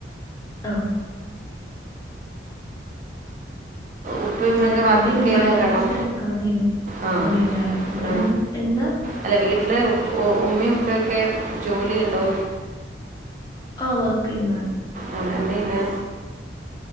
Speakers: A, on the left (about 20°); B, on the right (about 40°).
A: ആഹ
B: ഉപ്പയുമ്മയൊക്കെ
A: ഞാൻ ആദ്യം
B: വർക്ക്
A: ഹ്യുമാനിറ്റീസ്
B: ചെയ്യുന്നവരാണോ
A: എടുക്കാണ്
B: ആ
A: വിചാരിച്ചത്
B: ആ
A: എ എന്താ
B: അല്ല വീട്ടില് ഉമ്മുപ്പൊക്കെ ജോലിയ ഉണ്ടോ
A: ആ വർക്കന്നാണ്
B: ആ എന്ത ചെയന്നെ